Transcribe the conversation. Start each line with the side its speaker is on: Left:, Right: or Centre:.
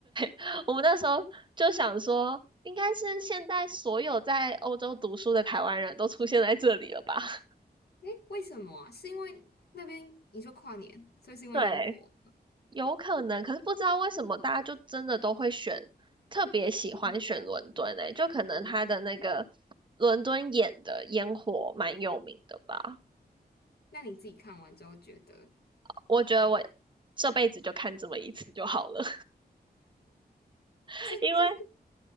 Right: <laughs> 我们那时候就想说。应该是现在所有在欧洲读书的台湾人都出现在这里了吧？<laughs>
Left: 诶，为什么啊？是因为那边你说跨年，所以是因为烟火，
Right: 对，有可能，可是不知道为什么大家就真的都会选，特别喜欢选伦敦诶、
Left: 烟火，
Right: 就可能他的那个
Left: 嗯，嗯
Right: 伦敦眼的烟火蛮有名的吧。
Left: 那你自己看完之后觉得
Right: 我觉得我
Left: 有，
Right: 这辈子就看这么一次就好了，<laughs>
Left: 这这是
Right: 因为